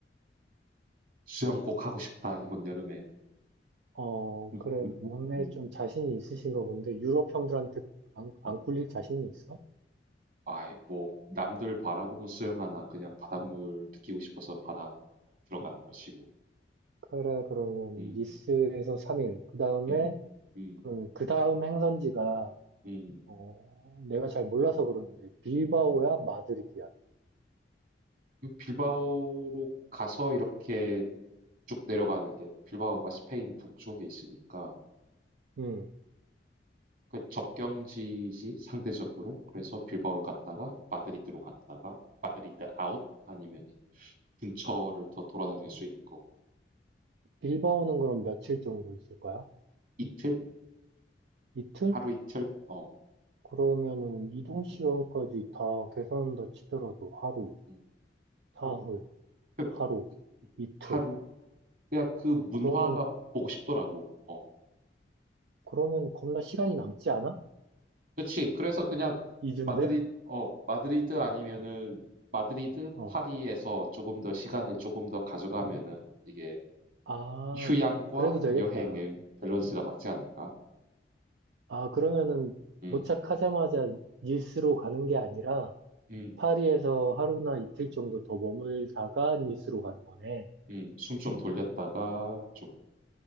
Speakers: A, on the right (about 50°); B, on the right (about 75°).
A: 수영 꼭 하고 싶다 이번 여름에.
B: 어
A: <laughs>
B: 그래 몸에
A: 음.
B: 좀 자신이 있으신가 본데 유럽 형들한테 안, 안
A: 아,
B: 꿀릴 자신이 있어?
A: 아이 뭐 남들 바라고면 수영하나 그냥 바닷물 느끼고 싶어서 바다 들어간 것이 고
B: 그래 그러면
A: 음.
B: 니스에서 3일 그 다음에
A: 음. 음.
B: 그러면 그 다음 행선지가
A: 음.
B: 어 내가 잘 몰라서 그러는데 빌바오야
A: 음.
B: 마드리드야?
A: 그 빌바오로 가서 이렇게 쭉 내려가는 게 빌바오가 스페인 북쪽에 있으니까
B: 음
A: 그 접경지지 상대적으로 그래서 빌바오로 갔다가 마드리드로 갔다가 마드리드 아웃 아니면은 근처를 더 돌아다닐 수 있는 거고
B: 빌바오는 그럼 며칠 정도 있을 거야?
A: 이틀
B: 이틀?
A: 하루 이틀 어
B: 그러면은 이동 시간까지
A: 음,
B: 다 계산한다 치더라도 하루,
A: 음.
B: 사흘,
A: 그- 그
B: 하루, 이틀.
A: 하루 그냥 그 문화가
B: 그러면은
A: 보고 싶더라고 어
B: 그러면은 겁나 시간이 남지 않아?
A: 그렇지 그래서 그냥
B: 이주인데?
A: 마드리 어 마드리드 아니면은 마드리드
B: 어.
A: 파리에서 조금 더 시간을 조금 더 가져가면은 이게
B: 아,
A: 휴양과
B: 그래도 되겠다.
A: 여행의 밸런스가 맞지 않을까
B: 아, 그러면은
A: 음
B: 도착하자마자 니스로 가는 게 아니라
A: 음.
B: 파리에서 하루나 이틀
A: 음.
B: 정도 더 머물다가 니스로 가는 거네.
A: 음, 숨 좀 돌렸다가 좀